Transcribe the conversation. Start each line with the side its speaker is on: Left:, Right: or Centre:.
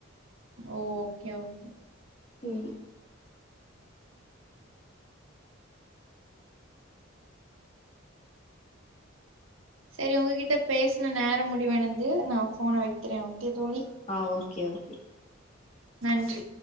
Right: ஓ ஓகே ஓகே
Left: ம்
Right: சேரி உங்ககிட்ட பேசுன நேரம் முடிவடைந்தது நா போனை வைக்கிறே ஓகே தோழி
Left: ஆ ஓகே ஓகே
Right: நன்றி